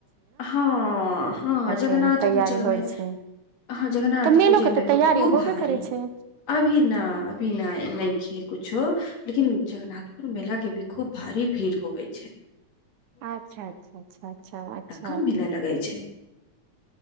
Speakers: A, on the left; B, on the right.
A: हँ हँ जगन्नाथ
B: के तैयारी
A: पूजा
B: होल
A: मे
B: छै
A: ह जगन्नाथ
B: तऽ मेलो
A: पूजा
B: के
A: में
B: तऽ तैयारी
A: तो खूब
B: होबे
A: भारी
B: करै छै
A: अभी न अभी नहि नहि खेत किछु। लेकिन जगनाथपुर मेला के भी खूब भारी भीड़ होे छै
B: अच्छा अच्छा अच्छा अच्छा अचछा
A: कम भेलै लगै छै